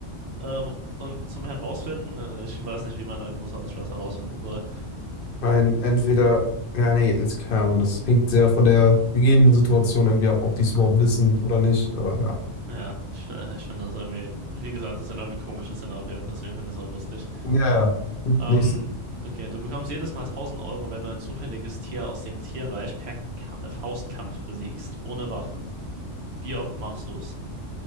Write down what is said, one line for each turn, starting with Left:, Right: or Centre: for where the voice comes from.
Right: Ähm, und zum Herausfinden, äh, ich weiß nicht, wie man da großartig was herausfinden soll.
Left: mein entweder, ja, nee, ist keine Ahnung, das hängt sehr von der gegebenen Situation irgendwie ab, ob die es überhaupt wissen oder nicht. Aber ja.
Right: Ja, ich, fi- äh, ich finde das irgendwie, wie gesagt, das sind irgendwie komische Szenarien, deswegen finde ich es auch lustig.
Left: Ja, ja.
Right: Ähm,
Left: Nächstes.
Right: okay, du bekommst jedes Mal tausend Euro, wenn du ein zufälliges Tier aus dem Tierreich per Ka äh, Faustkampf besiegst, ohne Waffen. Wie oft machst du es?